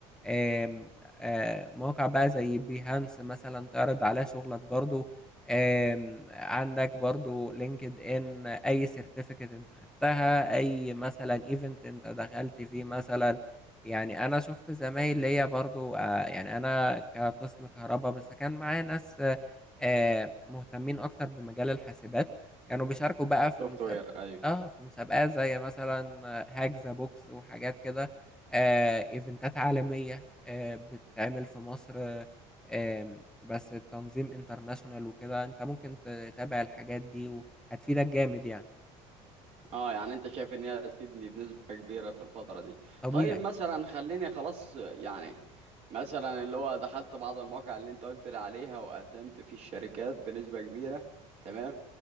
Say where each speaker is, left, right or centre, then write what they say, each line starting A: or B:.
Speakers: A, in the centre; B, on the right.
A: آم، آه، مواقع بقى زي بيهانس مثلا تعرض عليها شغلك برضو آم، عندك برضو لينكد ان اي سيرتيفيكت انت خدتها اي مثلا ايفنت انت دخلت فيه مثلا يعني انا شفت زمايل ليا برضو آه، يعني انا كقسم كهرباء بس كان معايا ناس آه، آه، مهتمين اكتر بمجال الحاسبات كانوا بيشاركوا بقى في
B: سوفت
A: مسابقة
B: وير أيوه
A: اه في مسابقات زي مثلا آه، هاك ذا بوكس وحاجات كده آه، ايفنتات عالمية آه، بتتعمل في مصر آه، آم، بس تنظيم انترناشونال وكده انت ممكن تتابع الحاجات دي وهتفيدك جامد يعني
B: اه يعني انت شايف ان هي هتفيدني بنسبة كبيرة في الفترة دي
A: طبيعي
B: طيب مثلا خليني خلاص يعني مثلا اللي هو دخلت بعض المواقع اللي انت قلت لي عليها وقدمت في الشركات بنسبة كبيرة تمام